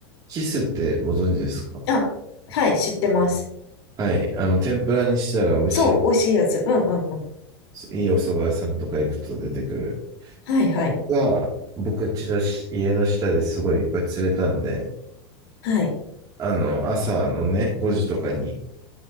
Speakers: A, on the right (about 25°); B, on the left (about 75°).
A: キスってご存知ですか
B: あ、はい、知ってます。
A: はい。あの、天ぷらにしたら美味し
B: そう、美味しいやつ。うんうんうん。
A: い。いいお蕎麦屋さんとか行くと出てくる。
B: はいはい。
A: が、僕家のし家の下ですごいいっぱい釣れたんで、
B: はい。
A: あの、朝のね、5時とかに、